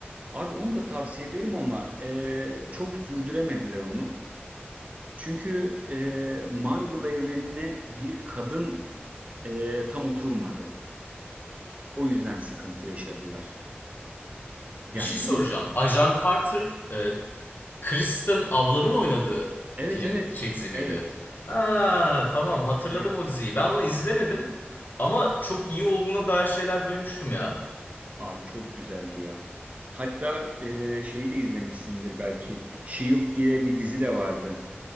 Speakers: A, on the right; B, on the left.
A: Abi onu da tavsiye ederim ama e, çok sürdüremediler onu. Çünkü e, Marvel evrenine bir kadın e, tam oturmadı. O yüzden sıkıntı yaşadılar.
B: Bir
A: Yani
B: şey soracağım.
A: benim
B: Ajan Carter, e, Kristen ablanın oynadığı
A: Evet
B: film
A: evet.
B: şey dizi miydi?
A: Evet.
B: Ha, tamam hatırladım
A: Evet.
B: o diziyi. Ben onu izlemedim ama çok iyi olduğuna dair şeyler duymuştum ya.
A: Abi çok güzeldi ya. Hatta e, şeyi de izlemişsindir belki. Shield diye bir dizi de vardı.